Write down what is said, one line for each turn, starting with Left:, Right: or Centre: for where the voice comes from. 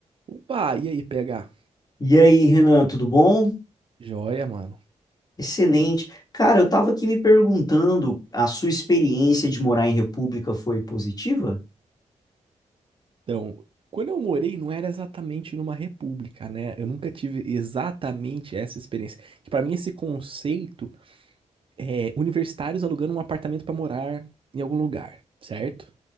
Right: Opa, e aí, PH?
Left: E aí, Renan, tudo bom?
Right: Joia, mano.
Left: Excelente. Cara, eu estava aqui me perguntando, a sua experiência de morar em República foi positiva?
Right: Então, quando eu morei, não era exatamente numa república, né? Eu nunca tive exatamente essa experiência. Que para mim, esse conceito é universitários alugando um apartamento para morar em algum lugar, certo?